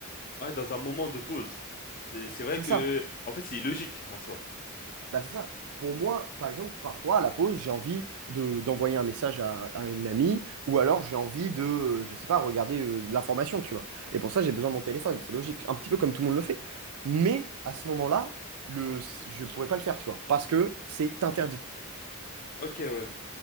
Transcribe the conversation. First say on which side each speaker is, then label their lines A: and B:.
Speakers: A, on the left; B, on the right.
A: Ouais, dans un moment de pause. C'est, c'est vrai
B: C'est
A: que,
B: ça.
A: en fait, c'est illogique en soi.
B: Bah, c'est ça. Pour moi, par exemple, parfois à la pause, j'ai envie de, d'envoyer un message à, à une amie ou alors j'ai envie de, euh, je sais pas, regarder euh, de l'information, tu vois. Et pour ça, j'ai besoin de mon téléphone, c'est logique. Un petit peu comme tout le monde le fait. Mais à ce moment-là, le, je pourrais pas le faire, tu vois, parce que c'est interdit.
A: Ok, ouais.